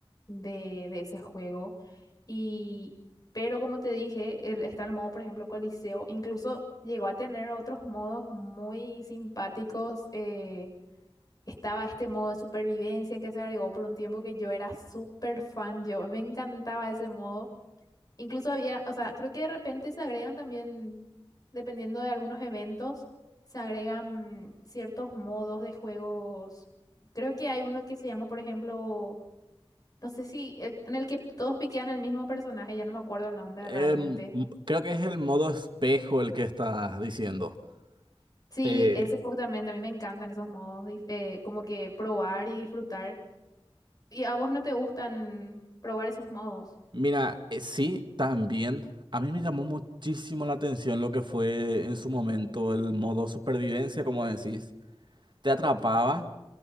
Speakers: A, on the left; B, on the right.
A: de, de ese juego. Y, pero como te dije, el- está el modo, por ejemplo, Coliseo. Incluso llegó a tener otros modos muy simpáticos. eh, estaba este modo de supervivencia que se agregó por un tiempo que yo era súper fan, yo me encantaba ese modo. Incluso había, o sea, creo que de repente se agregan también, dependiendo de algunos eventos, se agregan ciertos modos de juegos. Creo que hay uno que se llama, por ejemplo, no sé si, el- en el que todos piquean al mismo personaje, ya no me acuerdo el nombre
B: Em,
A: realmente.
B: m- creo que es el modo espejo el que estás diciendo.
A: Sí,
B: Eh,
A: ese justamente, a mí me encantan esos modos, dif- eh, como que probar y disfrutar. ¿Y a vos no te gustan probar esos modos?
B: mira, eh, sí, también. A mí me llamó muchísimo la atención lo que fue en su momento el modo supervivencia, como decís. Te atrapaba.